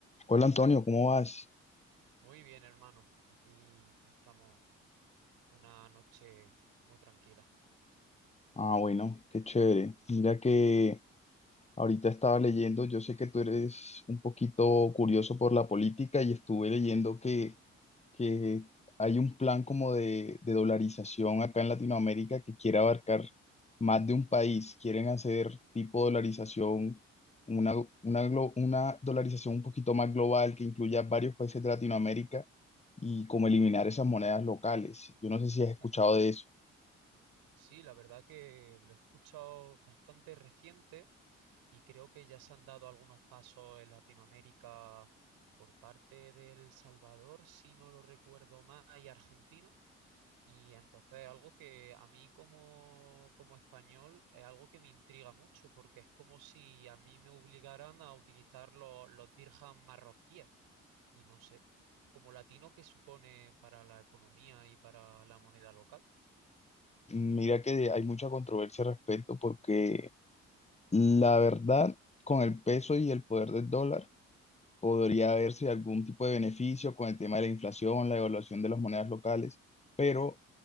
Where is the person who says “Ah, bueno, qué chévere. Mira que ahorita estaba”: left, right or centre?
Left